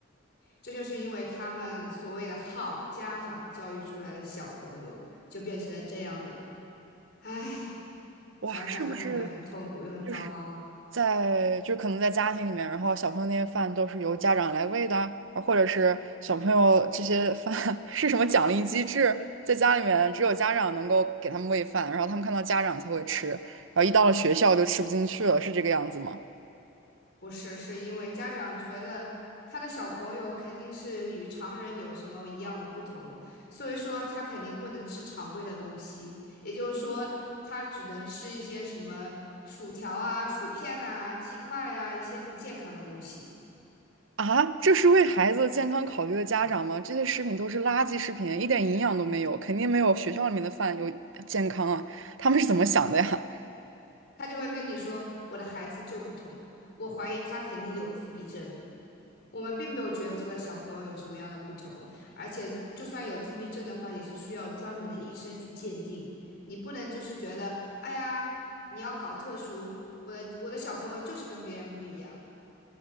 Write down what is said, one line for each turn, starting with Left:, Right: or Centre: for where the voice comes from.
Left: 这就是因为他们所谓的好家长教育出来的小朋友，就变成了这样的人。唉，
Right: 哇，
Left: 想想就感觉很痛苦又很糟糕。
Right: 是不是就是在就可能在家庭里面，然后小朋友那些饭都是由家长来喂的啊或者是小朋友这些饭 <laughs> 是什么奖励机制？在家里面只有家长能够给他们喂饭，然后他们看到家长才会吃，然后一到了学校就吃不进去了，是这个样子吗？
Left: 不是，是因为家长觉得他的小朋友肯定是与常人有什么一样的不同，所以说他肯定不能吃常规的东西，也就是说他只能吃一些什么薯条啊、薯片啊、鸡块啊一些不健康的东西。
Right: 啊，这是为孩子健康考虑的家长吗？这些食品都是垃圾食品，一点营养都没有，肯定没有学校里面的饭有健康啊。他们是怎么想的呀？
Left: 他就会跟你说：“我的孩子就不同，我怀疑他肯定有自闭症。”我们并没有觉得这个小朋友有什么样的不同，而且就算有自闭症的话，也是需要专门的医生去鉴定。你不能就是觉得，哎呀，你要搞特殊，我的我的小朋友就是跟别人不一样。